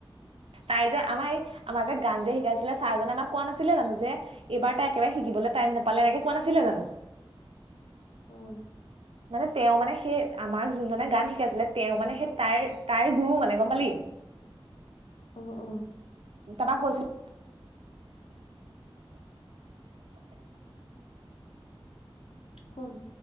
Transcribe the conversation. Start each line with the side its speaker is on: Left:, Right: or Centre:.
Right: তাই যে আমাৰ আমাৰ যে গান যে শিকাইছিলে ছাৰজনে আমাক কোৱা নাছিলে জানো যে এইবাৰ তাই একেবাৰে শিকিবলৈ টাইম নাপালে এনেকে কোৱা নাছিলে জানো।
Left: অহ
Right: মানে তেওঁ মানে সেই আমাক যোনজনে গান শিকাইছিলে তেওঁ মানে সেই তাইৰ তাইৰ গুৰু মানে গম পালি।
Left: অ অ
Right: তাপা কৈছিলে।
Left: কোন